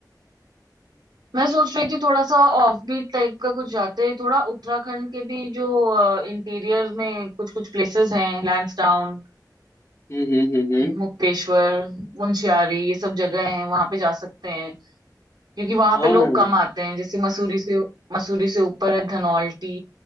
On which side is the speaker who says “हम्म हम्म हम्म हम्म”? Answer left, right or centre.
Left